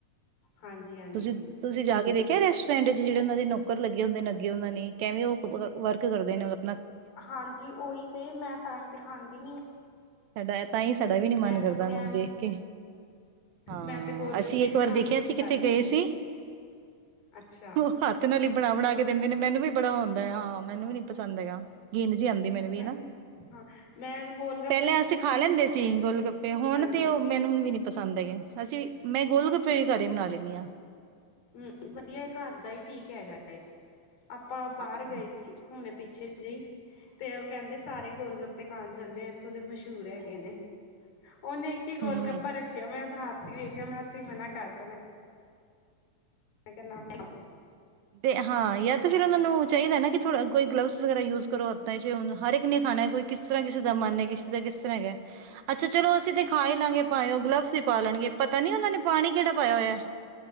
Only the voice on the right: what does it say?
ਤੁਸੀਂ ਤੁਸੀਂ ਜਾ ਕੇ ਦੇਖਿਆ ਰੈਸਟੋਰੈਂਟ ਚ ਜਿਹੜੇ ਉਹਨਾਂ ਦੇ ਨੌਕਰ ਲੱਗੇ ਹੁੰਦੇ ਨੇ, ਅੱਗੇ ਉਹਨਾਂ ਨੇ ਕਿਵੇਂ ਉਹ ਵਰਕ ਕਰਦੇ ਨੇ ਓ-
ਸਾਡਾ ਏ ਤਾਂਹੀ, ਸਾਡਾ ਵੀ ਨੀ ਮਨ
ਕਰਦਾ
ਉਹਨਾਂ ਨੂੰ ਦੇਖ ਕੇ। ਹਾਂ,
ਅਸੀਂ
ਇੱਕ
ਵਾਰ
ਦੇਖਿਆ ਸੀ ਕਿੱਥੇ
ਗਏ ਸੀ।
ਉਹ ਹੱਥ ਨਾਲ ਹੀ ਬਣਾ- ਬਣਾ ਕੇ ਦਿੰਦੇ ਨੇ, ਮੈਨੂੰ ਵੀ ਬੜਾ ਹਉਦਾ ਹੈ ਹਾਂ, ਮੈਨੂੰ ਵੀ ਨੀ ਪਸੰਦ ਹੈਗਾ, ਗਿਣ ਜਹੀ ਆਉਂਦੀ ਮੈਨੂੰ ਵੀ
ਹਨ ਨਾ।
ਪਹਿਲਾਂ ਅਸੀਂ ਖਾ ਲੈਂਦੇ ਸੀ ਗੋਲ ਗੱਪੇ, ਹੁਣ
ਤੇ ਉਹ ਮੈਨੂੰ ਵੀ ਨਹੀਂ, ਪਸੰਦ ਹੈਗੇ, ਅਸੀਂ ਮੈਂ ਗੋਲ ਗੱਪੇ ਵੀ ਘਰ ਹੀ ਬਣਾ ਲੈਂਦੀ ਹਾਂ।
ਹਾਂ
ਹਮ
ਤੇ ਹਾਂ ਯਾ ਤਾਂ ਫੇਰ ਉਹਨਾਂ ਨੂੰ ਚਾਹੀਦਾ ਨਾ ਕਿ, ਥੋੜਾ ਕੋਈ ਗਲਵਸ ਵਗੈਰਾ ਯੂਜ ਕਰੋ। ਤਾਂ ਫੇਰ ਓਹਨੂੰ ਹਰ ਇੱਕ ਨੇ ਖਾਣਾ ਏ, ਕੋਈ ਕਿਸ ਤਰਾਂ ਕਿਸੇ ਦਾ ਮਨ ਹੈ, ਕਿਸੇ ਦਾ ਕਿਸ ਤਰਾਂ ਹੈਗਾ ਏ। ਅੱਛਾ, ਚਲੋ ਅਸੀਂ ਤੇ ਖਾ ਹੀ ਲਾਂਗੇ ਭਾਏਂ, ਗਲਵਸ ਹੀ ਪਾ ਲਣਗੇ ਪਤਾ ਨੀ ਉਹਨਾ ਨੇ ਪਾਣੀ ਕਿਹੜਾ ਪਾਇਆ ਹੋਇਆ ਏ।